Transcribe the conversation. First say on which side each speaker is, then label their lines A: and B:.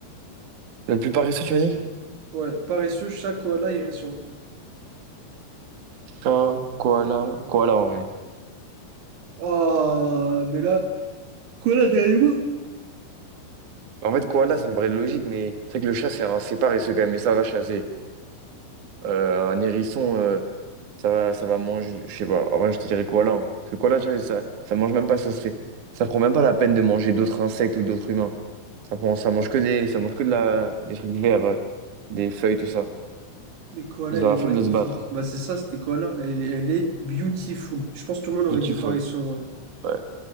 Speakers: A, on the right (about 50°); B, on the right (about 70°).
A: Le plus paresseux, tu m'as dit?
B: Ouais, paresseux, chat, koala, hérisson.
A: Chat, koala, koala en vrai.
B: Ah, mais là, koala derrière moi?
A: En fait, koala, ça me paraît logique, mais c'est vrai que le chat, c'est un c'est paresseux quand même, mais ça va chasser. Euh, un hérisson, euh, ça va, ça va manger. Je sais pas. En vrai, je te dirais koala. hein. Parce que koala, tu vois, ça, ça mange même pas, ça se fait. Ça prend même pas la peine de manger d'autres insectes ou d'autres humains. Ça prend, ça mange que des, ça mange que de la, des trucs verts, euh, des feuilles, tout ça.
B: Mais Koala,
A: Ils
B: elle
A: ont la
B: est
A: flemme
B: magnifique.
A: de se battre.
B: Bah, c'est ça, c'était Koala. Elle, elle est beautiful. Je pense que tout le monde aurait
A: Beautiful.
B: dit pareil sur ouais.
A: Ouais.